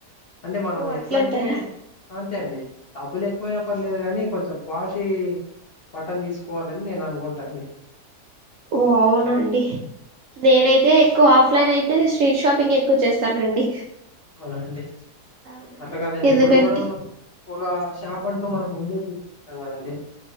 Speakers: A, on the left; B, on the right.
A: అంటే మనం
B: ఓ అట్లా
A: ఎట్లా
B: అంటారా
A: అంటే అంతే అండి అబ్బులెక్కువైన పర్లేదు కానీ కొంచెం క్వాలిటీ బట్టలు తీసుకోవాలని నేను అనుకుంటామ్డి
B: ఓ అవున అండి నేనైతే ఎక్కువ ఆఫ్లైన్ అయితే స్ట్రీట్ షాపింగేఎ క్కువ చేస్తానండి
A: అవునా అండి
B: అవునండి
A: అట్లా కాదండి
B: ఎందుకంటే
A: ఇప్పుడు మనం ఒక షాప్ అం టు మనం ముందే చూసుకుంటాం కదండి